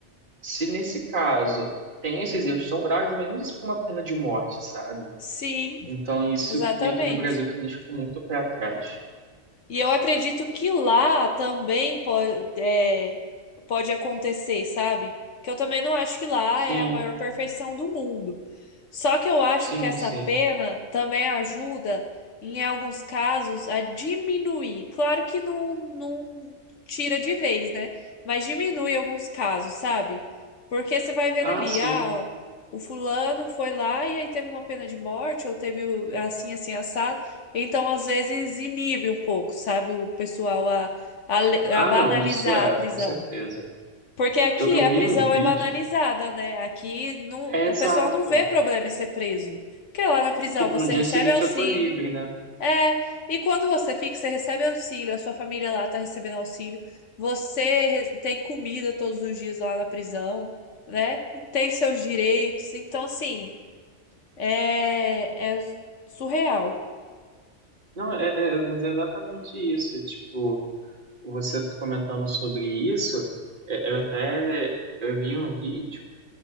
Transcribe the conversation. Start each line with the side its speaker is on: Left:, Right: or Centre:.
Right: se nesse caso tem esses erros tão graves, mas não isso por uma pena de morte, sabe?
Left: Sim,
Right: Então, isso
Left: exatamente.
Right: que aqui no Brasil que me deixa muito pé atrás.
Left: E eu acredito que lá também pode, é, pode acontecer, sabe? Que eu também não acho que lá
Right: Sim,
Left: é a maior perfeição do mundo. Só que eu acho
Right: Sim,
Left: que essa
Right: sim.
Left: pena também ajuda, em alguns casos, a diminuir. Claro que não, não tira de vez, né? Mas diminui alguns casos, sabe? Porque você vai vendo
Right: Ah,
Left: ali,
Right: sim.
Left: ah, o fulano foi lá e aí teve uma pena de morte, ou teve o- assim, assim, assado. Então, às vezes, inibe um pouco, sabe? O pessoal a, a, le-
Right: Ah,
Left: a banalizar
Right: não, isso é,
Left: a prisão.
Right: com certeza.
Left: Porque aqui
Right: Eu, eu
Left: a
Right: vi
Left: prisão
Right: um vídeo.
Left: é banalizada, né? Aqui não,
Right: É
Left: o
Right: exato.
Left: pessoal não vê problema em ser preso. Porque lá na prisão
Right: Tipo,
Left: você
Right: no dia
Left: recebe
Right: seguinte
Left: auxílio.
Right: eu tô livre, né?
Left: É, e quando você fica, você recebe auxílio, a sua família lá tá recebendo auxílio. Você re- tem comida todos os dias lá na prisão, né? E tem seus direitos. Então, assim, é, é surreal.
Right: Não, é, é- mas é exatamente isso. Tipo, você comentando sobre isso, é- eu até eu vi um vídeo,